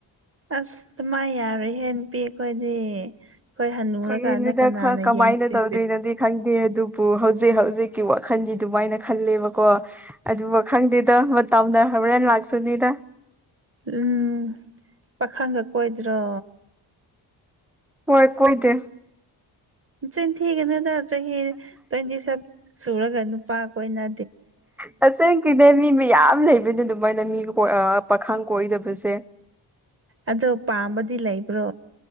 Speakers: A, on the right (about 30°); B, in the centre.
A: ꯑꯁ ꯑꯗꯨꯃꯥꯏ ꯌꯥꯔꯣꯏ ꯍꯦ ꯄꯤ ꯑꯩꯈꯣꯏꯗꯤ ꯍꯈꯣꯏ ꯍꯟꯅꯨꯔꯀꯥꯟꯗ
B: ꯐꯒꯤꯅꯤꯗ
A: ꯀꯅꯥꯅ
B: ꯈꯔ ꯀꯃꯥꯏꯅ
A: ꯌꯦꯡꯗꯣꯏ
B: ꯇꯧꯗꯣꯏꯅꯣꯗꯤ ꯈꯪꯗꯦ ꯑꯗꯨꯕꯨ ꯍꯧꯖꯤꯛ ꯍꯧꯖꯤꯛꯀꯤ ꯋꯥꯈꯜꯗꯤ ꯑꯗꯨꯃꯥꯏꯅ ꯈꯜꯂꯦꯕꯀꯣ ꯑꯗꯨꯒ ꯈꯪꯗꯦꯗ ꯇꯧꯗ ꯈꯔꯔꯅꯤ ꯂꯥꯛꯁ ꯅ ꯇ
A: ꯎꯝ ꯄꯥꯈꯪꯒ ꯀꯣꯏꯗ꯭ꯔꯣ
B: ꯍꯣꯏ ꯀꯣꯏꯗꯦ
A: ꯆꯤꯟꯊꯤꯒꯅꯨꯗ ꯆꯍꯤ ꯇ꯭ꯋꯦꯟꯇꯤ ꯁꯚꯦꯟ ꯁꯨꯔꯒ ꯅꯨꯄꯥ ꯀ ꯑꯣꯏꯅ
B: ꯇꯁꯦꯡꯒꯤꯅꯦ ꯃꯤ ꯃꯌꯥꯝ ꯂꯩꯕ ꯑꯗꯨꯕꯅ ꯑꯗꯨꯃꯥꯏꯅ ꯃꯤ ꯀ ꯄꯥꯈꯥꯡ ꯀꯣꯏꯏꯗꯕꯁꯦ
A: ꯑꯣ ꯄꯥꯝꯕꯗꯤ ꯂꯩꯕ꯭ꯔꯣ